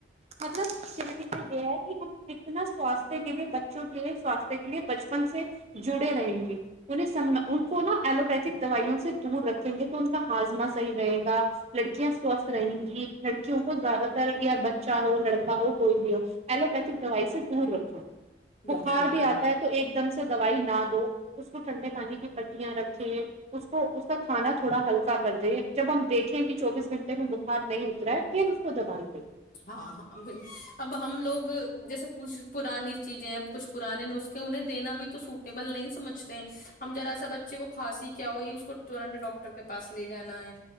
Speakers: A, on the right; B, on the left.
A: مطلب کہنے کا یہ ہے کہ ہم کتنا سواست کے لیے بچوں کے سوستھ کے لیے بچپن سے جڑے رہیں گے انیں س ان کو نا ایلوپیتھ دوائیوں سے دور رکھیں گے تو ان کا ہاضمہ صحیح رہے گا لڑکیاں سوستھ رہیں گی لڑکیوں کو زیادہ تر یا بچہ ہو لڑکا ہو کوئی بھی ہو ایلوپیتھک دوائی سے دور رکھو
B: بالکل
A: بخار بھی آتا ہے تو ایک دم سے دوائی نہ دو اس کو ٹھنڈے پانی کی کٹیاں رکھیں اس کو اس کا کھانا تھوڑا ہلکا کر دیں جب ہم دیکھیں کہ چوبیس گنٹے میں بخار نہیں اترا ہے پھر اس کو دبال د
B: ہاں ہاں ب اب ہم لوگ جیسےچھ پرانی چیزیں کچھ پرانے نسخے انہیں دینا بھی تو سوٹیبل نہیں سمجھتے ہیں ہم ذرا سا بچے کو کھانسی کیا ہوئی اس کو تورنٹ ڈاکٹر کے پاس لے جانا ہے